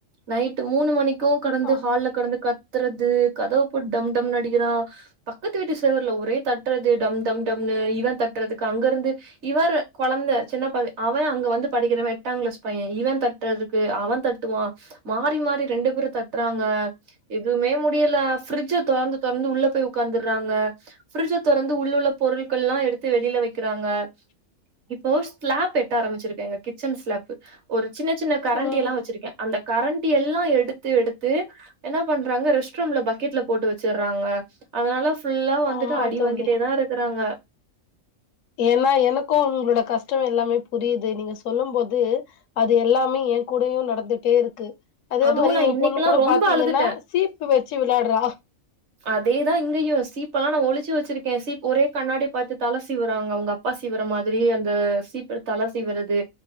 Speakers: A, on the right (about 60°); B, on the left (about 70°).
A: நைட் மூணு மணிக்கு கடந்து
B: ஆ
A: ஹால்ல கடந்து கத்றது கதவ போட்டு டம்டம்னு அடிக்றா பக்கத்து வீட்டு செவிர்ல ஒரே தட்றது டம் டம் டம்னு இவன் தட்டுறதுக்கு அங்க இருந்து இவர் கொழந்த சின்ன ப அவ அங்க வந்து படிக்கிறவ எட்டா கிளாஸ் பையே இவ தட்டுறதுக்கு அவ தட் ட்டுவா மாறி மாறி ரெண்டு பேரு தட்றாங்க எதுவுமே முடியல ஃபரிட்ஜ தோறந்து தோறந்து உள்ள போயி உக்காந்துறாங்க ஃபிரிஜ தொறந்து உள்ள உள்ள பொருள்கள் எல்லா எடுத்து வெளில வெக்கிறாங்க இப்போ ஸ்லாப் எட்ட ஆரம்பிச்சிருக்கே எங்க கிச்சன் ஸ்லாப் ஒரு சின்ன சின்ன கரண்டி
B: ம்
A: எல்லா வச்சிருக்கே இந்த கரண்ட்டி எல்லா எடுத்து எடுத்து என்ன பண்றாங்க ரெஸ்ட்ரூம்ல பக்கெட்ல போட்டு வச்சறாங்க அதனால ஃபுல்லா வந்துட்டு
B: ஆமா
A: அடி
B: தோழி
A: வாங்கிட்டே தா இருக்றாங்க
B: ஏனா எனக்கு உங்களோட கஷ்டோ எல்லாமே புரியுது நீங்க சொல்லு போது அது எல்லாமே எ கூடயு நடந்துட்டே இருக்கு அதே
A: அதுவும்
B: மாரி
A: நான்
B: எ
A: இன்னைக்கெல்லாம்
B: பொண்ணு கூட
A: ரொம்ப
B: பாத்தீங்கனா
A: அழுதுட்டேன்.
B: சீப்பு வச்சி விளையாடுறா
A: அதேதா இங்கேயு சீப்பெல்லா நா ஒழிச்சி வச்சிருக்கே சீப் ஒரே கண்ணாடி பாத்து தல சிவறாங்க அவங்க அப் பா சீவற மாதிரியே அந்த சீப்பெடுத்து தல சிவுறது